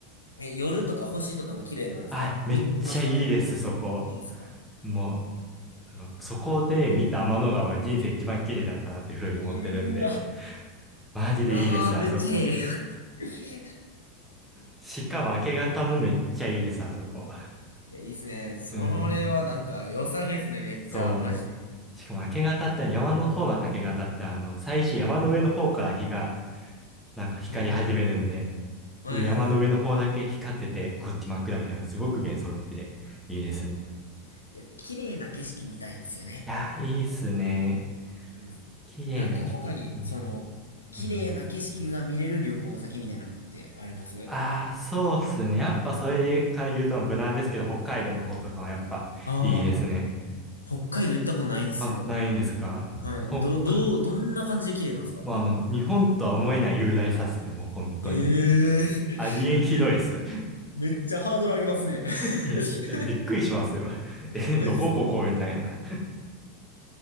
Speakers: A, on the left (about 85°); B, in the centre.
A: え、夜とか星とかも綺麗なんですか見に行きましたその、
B: はい、めっちゃいいです、そこ。
A: いいですか
B: もう、そこそこで見た天の川が人生一番綺麗だったなっていうふうに思ってるんで、
A: うーわ
B: マジでいいです、
A: うわー、めっちゃええ。
B: あそこ。
A: <laughs>
B: しかも明け方もめっちゃいいです、あそこ。
A: いや、いいっすね。それはなんか良さげっすね、
B: うん。
A: めっちゃ。
B: そう。
A: マジで。
B: しかも明け方って山の方の明け方ってあの、最初山の上の方から日がなんか光り始めるんで、
A: うん、うん、うん。はいはいはいはい。
B: 上山の上の方だけ光ってて、こっち真っ暗みたいな、すごく幻想的でいいですね。
A: いや、
B: い
A: いや綺麗な景色見たいですよね。
B: やー、いいっすね。
A: うん。
B: 綺麗な景色。
A: なんか他に、
B: うん。
A: その、綺麗な景色が見れる旅行先みたいなのってあります
B: うん。ああ、そうっすね。やっぱそれでか言うと無難ですけど、北海道の方とかはやっぱいいですね。
A: ああー、北海道行ったことないんですよ。
B: あ、ないんですか北海、
A: はい。ど、どう、どんな感じで綺麗なんですか
B: まあ、あの、日本とは思えない雄大さっすね。もう本当に。
A: ええー、
B: ありえんひどいっす。
A: <laughs> め、めっちゃハードル上げますね。
B: <laughs>
A: <laughs>
B: いや、えびっくりしますよ。<laughs> え、
A: マジっすか
B: どこここみたいな。